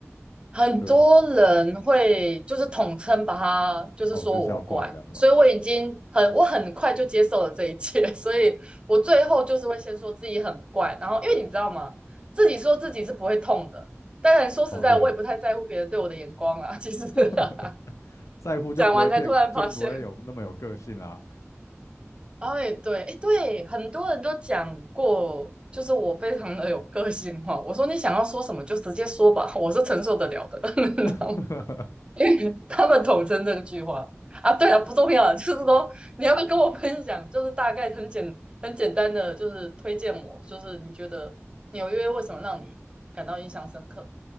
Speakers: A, on the right; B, on the left.
A: 很多人会就是统称把它就是说我怪，
B: 对，哦，就是叫怪这样子嘛，
A: 所以我已经很我很快就接受了这一切，<laughs> 所以我最后就是会先说自己很怪，然后因为你知道吗，自己说自己是不会痛的。当然说实在，
B: 哦，对，
A: 我也不太在乎别人对我的眼光啦。其实
B: <laughs>
A: <laughs>
B: 在乎就不会变，
A: 讲完才突然发现，
B: 就不会有那么有个性啦。
A: 哎，对，哎，对，很多人都讲过，就是我非常的有个性化。我说你想要说什么就直接说吧，我是承受得了的，<laughs> 你知道吗？
B: <laughs>
A: <laughs> 因为他们统称这句话啊。对了，不重要了，<laughs> 就是说你要不要跟我分享，就是大概很简很简单的，就是推荐我，就是你觉得纽约为什么让你感到印象深刻？